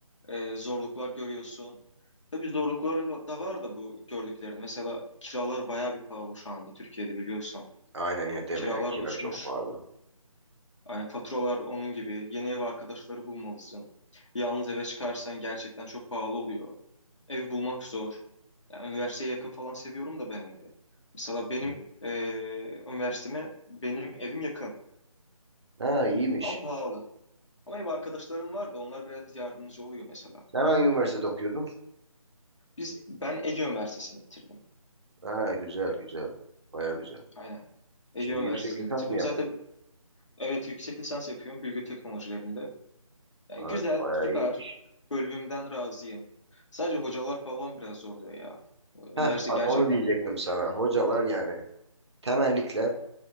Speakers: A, on the left; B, on the right.
A: e, zorluklar görüyorsun. Tabii zorlukları va- da var da bu gördüklerin. Mesela kiralar bayağı bir pahalı şu anda Türkiye'de biliyorsun.
B: Aynen ya deme
A: Kiralar
B: ya kira
A: uçmuş.
B: çok pahalı.
A: Yani faturalar onun gibi. Yeni ev arkadaşları bulmalısın. Yalnız eve çıkarsan gerçekten çok pahalı oluyor. Ev bulmak zor. Yani üniversiteye yakın falan seviyorum da ben evi. Mesela benim
B: Hı.
A: eee üniversiteme benim evim yakın
B: Ha iyiymiş.
A: ama pahalı. Ama ev arkadaşlarım vardı. Onlar biraz yardımcı oluyor mesela.
B: Sen hangi üniversitede okuyordun?
A: Biz ben Ege Üniversitesi'ni bitirdim.
B: Ha güzel güzel. Baya güzel.
A: Aynen. Ege
B: Şimdi
A: Üniversitesi'ni
B: yüksek lisans
A: bitirdim.
B: mı yapıyorsun?
A: Zaten evet yüksek lisans yapıyorum bilgi teknolojilerinde. Yani
B: Ha,
A: güzel,
B: baya
A: süper.
B: iyiymiş.
A: Bölümümden razıyım. Sadece hocalar falan biraz zorluyor ya.
B: Heh,
A: Üniversite
B: bak
A: gerçekten.
B: onu diyecektim sana. Hocalar yani temellikle